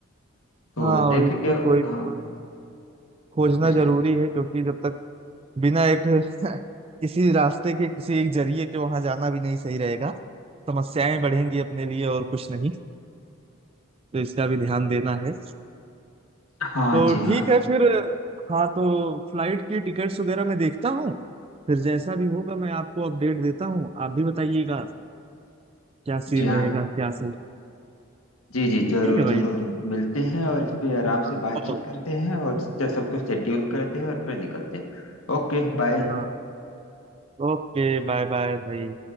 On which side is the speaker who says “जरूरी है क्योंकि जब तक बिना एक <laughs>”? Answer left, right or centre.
Right